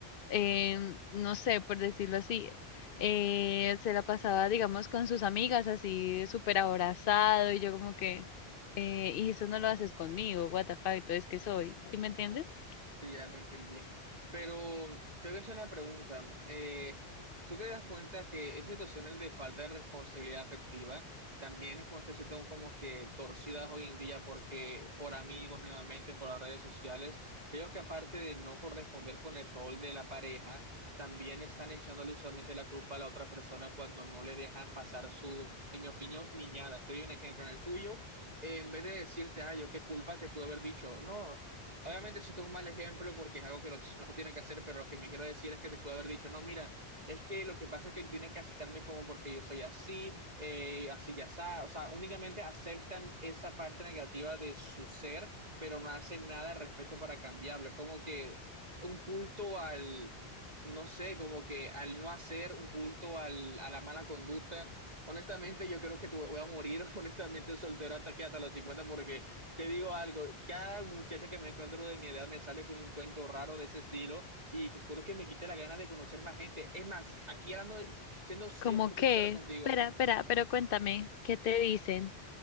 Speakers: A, on the left (about 65°); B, on the right (about 40°).
A: em, no sé, por decirlo así, eh, se la pasaba, digamos, con sus amigas así súper abrazado y yo como que, eh, y eso no lo haces conmigo, what the fuck, entonces que soy, ¿sí me entiendes?
B: Sí, ya te entendí. Pero te voy a hacer una pregunta. Eh, ¿tú te das cuenta que esas situaciones de falta de responsabilidad afectiva también es como este siendo como que torcidas hoy en día porque por amigos nuevamente, por las redes sociales, creo que aparte de no corresponder con el rol de la pareja, también están echándole usualmente la culpa a la otra persona cuando no le dejan pasar su, en mi opinión, niñada. Estoy un ejemplo en el tuyo. eh, En vez de decirte, ay, yo qué culpa te pude haber dicho, no. Obviamente, esto es un mal ejemplo porque es algo que los- no se tiene que hacer, pero lo que me quiero decir es que te puedo haber dicho, no, mira, es que lo que pasa es que tienen que aceptarme como porque yo soy así, eh, así ya está. O sea, únicamente aceptan esa parte negativa de su ser, pero no hacen nada al respecto para cambiarlo. Es como que un culto al, no sé, como que al no hacer, un culto al, a la mala conducta. Honestamente, yo creo que te voy voy a morir, <laughs> honestamente, soltero hasta que hasta los 50 porque te digo algo, cada muchacha que me encuentro de mi edad me sale con un cuento raro de ese estilo y te juro que me quita la gana de conocer más gente. Es más, aquí hablando, siendo cien
A: Como
B: por ciento
A: que,
B: sincero contigo,
A: espera, espera, pero cuéntame, ¿qué te dicen?